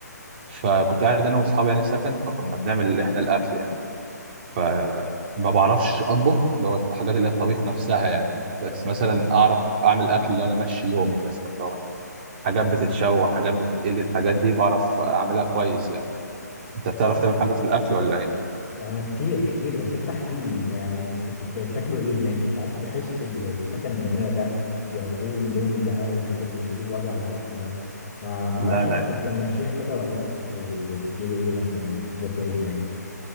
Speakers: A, on the right; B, on the left.
A: فكنت قاعد أنا وأصحابي يعني في سكن فكنا بنعمل إحنا الأكل يعني فما بعرفش أطبخ اللي هو الحاجات اللي هي الطبيخ نفسها يعني بس مثلا أعرف أعمل أكل لو أنا ماشي يومي مثلا لو مثلا حاجات بتتشوى حاجات بتتقلي الحاجات دي بعرف اعملها كويس يعني انت بتعرف تعمل حاجه في الاكل ولا ايه
B: انا كتير كتير بس انت احكي لي انت يعني كنت بت- بتاكلوا ايه هناك انت عارف بحس ال- السكن الجامعي ده بيقضوه اندومي بقى والاكل اللي بيجيب وجع البطن ده فما
A: لا
B: اعرفش انت
A: لا
B: كنت ماشيها كده ولا انتوا كنتوا ب- بتجيبوا ايه مثلا بتطبخوا ايه هناك